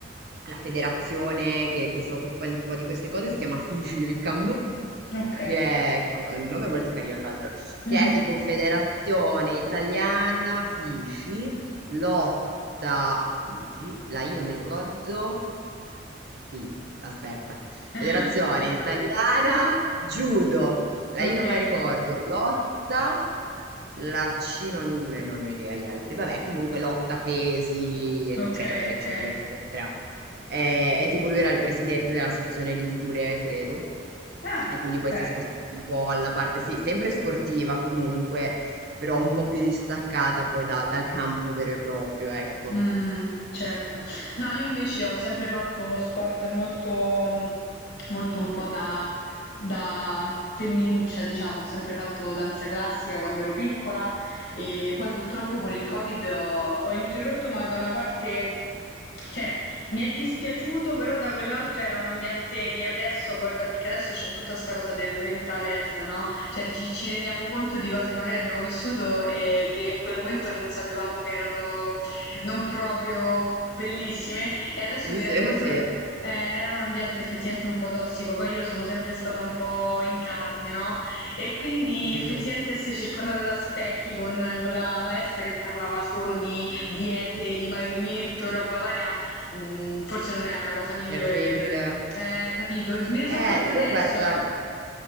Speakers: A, on the right; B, on the left.
A: la federazione che, che si occupa un po' di queste cose si chiama Figilcam,
B: ok.
A: che è che ha un nome molto carino tra l'altro,
B: Mhm.
A: che è tipo Federazione Italiana Fici lotta Figi, la I non mi ricordo, sì, aspetta.
B: <laughs>
A: Federazione Italiana Judo. La
B: Ok,
A: I non me la ricordo. Lotta. La C non, non ne ho idea gli altri. Vabbè, comunque lotta pesi, eccetera,
B: ok, ok.
A: eccetera, eccetera. E, e tipo lui era il presidente della sezione Ligure, credo.
B: Ah,
A: E quindi
B: ok.
A: poi si è spostato un po' alla parte, sì, sempre sportiva comunque, però un po' più distaccata poi da- dal campo vero e proprio, ecco.
B: Mh-mh, certo. No, io invece ho sempre fatto sport molto mhmm, molto un po' da da femminuccia, diciamo. Ho sempre fatto danza classica quando ero piccola e poi purtroppo con il Covid ho ho interrotto, ma da una parte cioè mi è dispiaciuto, però da quell'altra era un ambiente che adesso guarda, perché adesso c'è tutta 'sta cosa del mental health, no, cioè ci ci rendiamo conto di cose che magari abbiamo vissuto e che in quel momento non sapevamo che erano non proprio bellissime e adesso
A: Sì,
B: mi
A: sì,
B: rendo conto
A: sì.
B: che eh, era un ambiente effettivamente un po' tossico, poi io sono sempre stata un po' in carne, no? E quindi
A: Mhm.
B: effettivamente essere circondata da specchi con quella maestra che parlava solo di diete, di dimagrimento, roba varia, mm, forse non è la cosa migliore
A: Terribile.
B: per... Eh, capito? E Me ne
A: Eh,
B: sono accorta
A: io
B: adesso,
A: guarda,
B: eh.